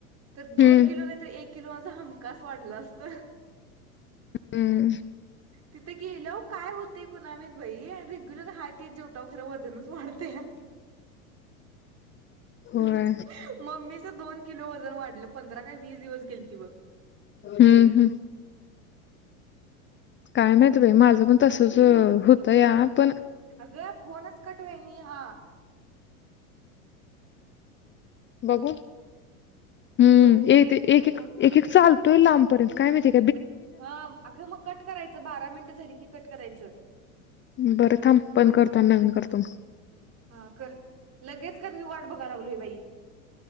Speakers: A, on the right; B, on the left.
A: तर दोन.
B: हम्म
A: किलो नाही तर एक किलो माझा हमकाास वाढला असत.
B: हम्म.
A: तिथे गेलं हो काय होतेय कोणामी बई रेग्युलर हात जेव खरं वजनच वाढतेया.
B: होय
A: हं अ ममीच दोन किलो वजन वाढलं पंधरा. काय वीस दिवस गेलती बग.
B: हम्म हम्म काय माहित बाई माझं पण तसंच होतं या पण.
A: अगळ फोनच कटवानी हां.
B: बघू हम्म
A: हॅलो
B: एक एक एक
A: फोन
B: एक एक चालतोय लांबपर्यंत काय माहिती.
A: हा अगं मग कट करायचं बारा मिनटं झाली की कट करायचं.
B: बरं थांब बंद करतो आणि नवीन करतो म
A: हां कर लगेच कर मी वाट बघाय लागलोय बाई.